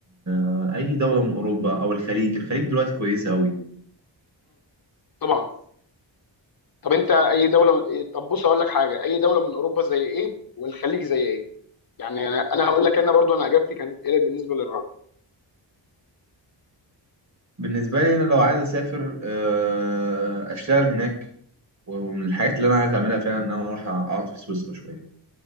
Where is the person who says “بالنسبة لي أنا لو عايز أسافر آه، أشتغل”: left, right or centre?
Right